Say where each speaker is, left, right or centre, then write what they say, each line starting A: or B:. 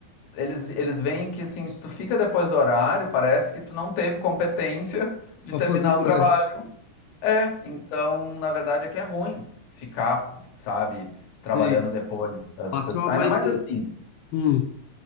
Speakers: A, on the left; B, on the left.
A: eles eles veem que assim, se tu fica depois do horário, parece que tu não teve competência <laughs> de
B: Pra
A: terminar
B: fazer durante.
A: o trabalho. É, então, na verdade, é que é ruim ficar, sabe, trabalhando
B: Sei.
A: depois. As
B: Passa
A: pessoas...
B: uma
A: Ainda
B: má impressão.
A: mais assim,
B: Hum.